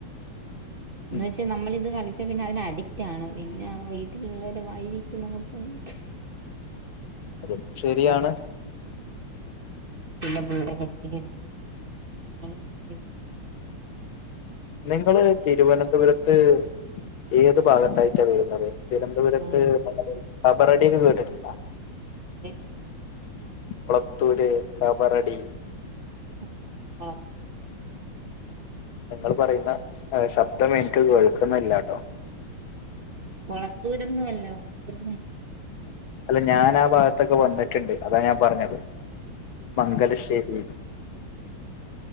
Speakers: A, on the right; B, on the left.
A: <inaudible> എന്നച്ച്
B: ഉം
A: നമ്മളിന്ന് കളിച്ച. <unintelligible> പിന്നെ അയന് അഡിക്റ്റാണ്. പിന്നെ വീട്ടിലുള്ളവരുമായി <unintelligible>
B: അതും ശരിയാണ്
A: അത പിന്നെ കൂടെ പഠിപ്പിക്കലും അതൊക്കെ കൊണ്ടാണ് ഞാനിപ്പോ
B: നിങ്ങള് തിരുവനന്തപുരത്ത് ഏത് ഭാഗത്തായിട്ടാണ് വരുന്നത് തിരുവനന്തപുരത്ത്
A: കിളിമാനോ
B: <unintelligible>
A: ഒരു
B: കബറഡിന്നു കേട്ടിട്ടുണ്ടോ
A: അതെ
B: കുളത്തൂര് കബറടി
A: <unintelligible> എനിക്കറിഞ്ഞൂടാ
B: നിങ്ങൾ പറയുന്ന ശബ്ദം എനിക്ക് കേൾക്കുന്നില്ലാട്ടോ.
A: കൊളത്തൂരൊന്നും അല്ല. <unintelligible> വയ്യ
B: അല്ല ഞാനാ ഭാഗത്തൊക്കെ വന്നിട്ടുണ്ട്. അതാ ഞാൻ പറഞ്ഞത്. മംഗലശ്ശേരി,